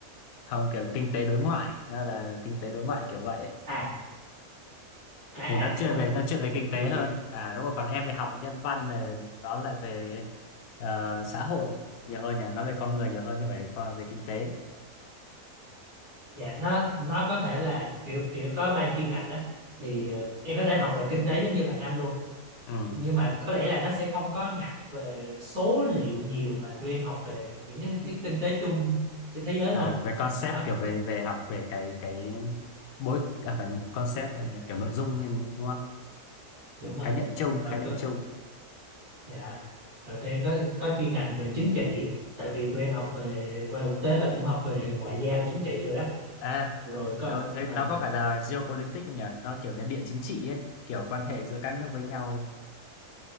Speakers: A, on the left (about 70°); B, on the right (about 90°).
A: không kiểu kinh tế đối ngoại, nó là kinh tế đối ngoại kiểu vậy. ấy.
B: à à
A: Thì
B: à
A: nó chuyên
B: đúng rồi
A: về
B: đúng rồi
A: nó chuyên về kinh
B: thì
A: tế hơn. Cả đúng rồi, còn em về học về nhân văn này, nó lại về ờ, xã hội nhiều hơn nhỉ, nó về con người nhiều hơn như vậy, còn về kinh tế.
B: dạ nó nó có thể là kiểu kiểu có ba chuyên ngành đó thì ờ, em có thể học về kinh tế giống như bạn anh luôn
A: Ừ.
B: nhưng mà có lẽ là nó sẽ không có nặng về số liệu nhiều mà tụi em học về những cái, cái kinh tế chung trên thế giới
A: À,
B: thôi
A: về concept
B: đó
A: kiểu về về học về cái cái bối à, phải concept là gì? kiểu nội dung hay đúng không?
B: đúng rồi
A: Khái niệm chung,
B: rồi
A: khái niệm
B: tụi
A: chung.
B: Dạ, rồi tụi em có có chuyên ngành về chính trị, tại vì tụi em học về qua quốc tế là cũng học về ngoại giao chính trị rồi đó.
A: À,
B: Rồi có
A: rồi thế
B: à,
A: nó có phải là geopolitics không nhỉ? Nó kiểu như địa chính trị ấy, kiểu quan hệ giữa các nước với nhau.